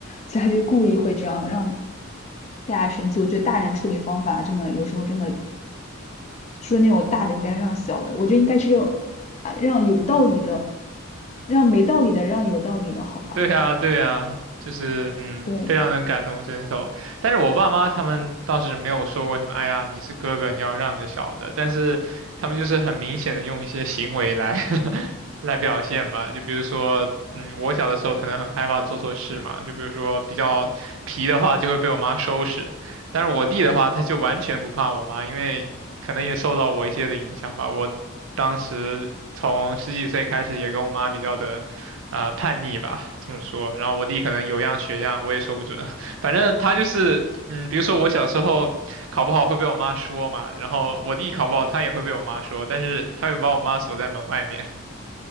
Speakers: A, on the left; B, on the right.
A: 所以他就故意会这样让大家生气。我觉得大人处理方法真的有时候真的说那种大的应该让小的，我觉得应该是让啊让有道理的，让没道理的让有道理的，好吧？
B: 对呀，对呀，就是嗯，
A: 对，
B: 非常能感同身受。但是我爸妈他们倒是没有说过什么，哎呀，你是哥哥，你要让着小的。但是他们就是很明显的用一些行为来 <laughs> 来表现吧，就比如说，嗯，我小的时候可能很害怕做错事嘛，就比如说比较皮的话就会被我妈收拾，但是我弟的话他就完全不怕我妈，因为可能也受到我一些的影响吧。我当时从十几岁开始也跟我妈比较的。啊、叛逆吧，这么说？然后我弟可能有样学样，我也说不准。<laughs> 反正他就是，嗯，比如说我小时候考不好会被我妈说嘛，然后我弟考不好他也会被我妈说，但是他会把我妈锁在门外面。